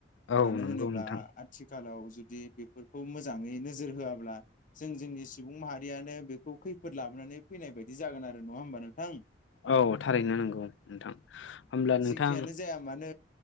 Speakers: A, on the left; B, on the left.
A: औ
B: मानो
A: नंगौ
B: होनोब्ला
A: नोंथां
B: आथिखालाव जुदि बेफोरखौ मोजाङैनो नोजोर होआब्ला जों जोंनि सुबुं माहारियानो बे खौ खैफोद लाबोनानै फैनाय बायदि जागोन आरो नङा होमबा नोंथां?
A: औ थारैनो नंगौ नोंथां होमब्ला
B: जेखियानो
A: नोंथां
B: जाया मानो